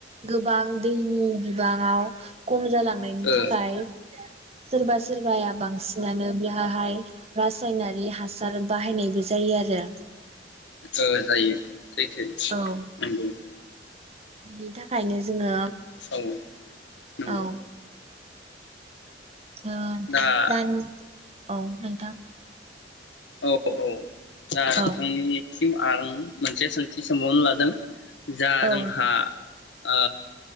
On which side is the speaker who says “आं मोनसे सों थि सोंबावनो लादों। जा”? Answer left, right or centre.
Left